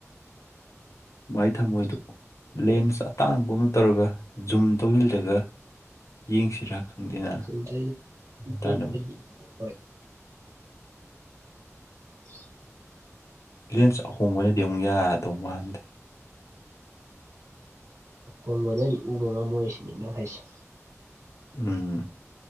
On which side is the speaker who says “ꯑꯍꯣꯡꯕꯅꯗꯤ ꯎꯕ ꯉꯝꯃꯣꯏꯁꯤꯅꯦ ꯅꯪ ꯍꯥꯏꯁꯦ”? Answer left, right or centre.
Right